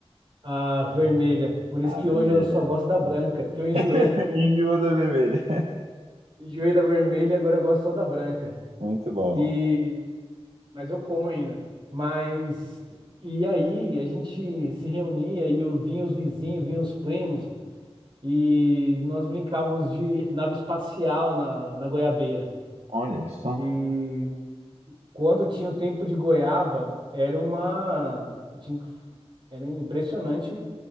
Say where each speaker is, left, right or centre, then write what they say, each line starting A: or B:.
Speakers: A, on the right (about 50°); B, on the right (about 75°).
A: a vermelha. Por isso
B: A
A: que
B: vermelha.
A: hoje eu só gosto da branca,
B: <laughs>
A: que eu enjoei.
B: Enjoou da vermelha.
A: Enjoei da vermelha e agora eu gosto só da branca.
B: Muito bom.
A: E mas eu como ainda. Mas e aí a gente se reunia e eu vinha os vizinhos, vinha os primos e nós brincávamos de nave espacial na, na goiabeira.
B: Olha só.
A: E quando tinha o tempo de goiaba, era uma tinha que- era impressionante